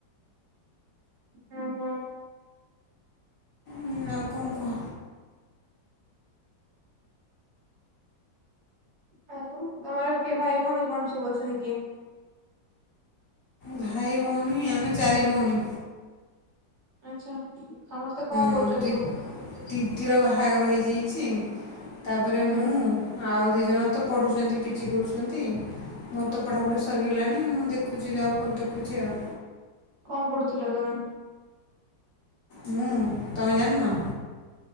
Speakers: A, on the right; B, on the left.
A: ହଁ ହଁ।
B: ଉଁ ଆଉ କଣ କୁହ?
A: ଆଉ ତମର କିଏ ଭାଇ ଭଉଣୀ କଣ ସବୁ ଅଛନ୍ତି କିଏ?
B: ଭାଇ ଭଉଣୀ ଆମେ ଚାରି ଭଉଣୀ।
A: ଆଚ୍ଛା। ସମସ୍ତେ କଣ
B: ହଁ
A: କରୁଛନ୍ତି
B: ଟି
A: ସବୁ?
B: ଦିଦିର ବାହାଘର ହେଇ ଯାଇଛି। ତାପରେ
A: ହୁଁ
B: ମୁଁ ଆଉ ଦି ଜଣ ତ ପଢ଼ୁଛନ୍ତି ପିଜି କରୁଛନ୍ତି। ମୋର
A: ହୁଁ
B: ତ ପଢ଼ାପଢ଼ି ସରିଗଲାଣି। ମୁଁ ଦେଖୁଛି ଯବ ଫବ ଦେଖୁଛି ଆଉ।
A: କଣ ପଡୁଥିଲ ତମେ?
B: ମୁଁ ତମେ ଜାଣିନ?